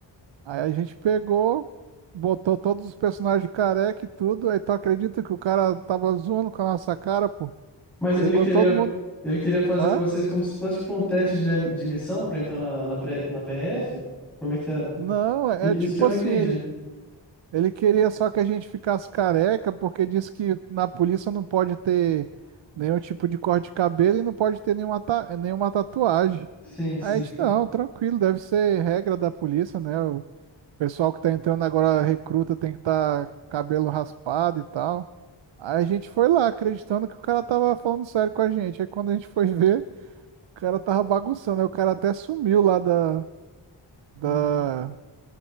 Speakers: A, on the right (about 75°); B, in the centre.
A: Aí a gente pegou, botou todos os personagens careca e tudo. Aí tu acredita que o cara tava zoando com a nossa cara, pô?
B: Mas
A: Chegou
B: ele queria,
A: todo mundo.
B: ele queria fazer
A: Hã?
B: com vocês como se fosse tipo um teste de, am- de missão pra entrar na, na, pre- na PRF? Como é que era?
A: Não, é
B: I-
A: é tipo
B: Isso que eu não
A: assim,
B: entendi.
A: ele, Ele queria só que a gente ficasse careca, porque disse que na polícia não pode ter nenhum tipo de corte de cabelo e não pode ter nenhuma, ta- nenhuma tatuagem.
B: Sim, sim.
A: Aí a gente, não, tranquilo, deve ser regra da polícia, né? O pessoal que tá entrando agora, recruta, tem que estar cabelo raspado e tal. Aí a gente foi lá, acreditando que o cara tava falando sério com a gente. Aí quando a gente foi ver, o cara tava bagunçando. Aí o cara até sumiu lá da, da...
B: Hum.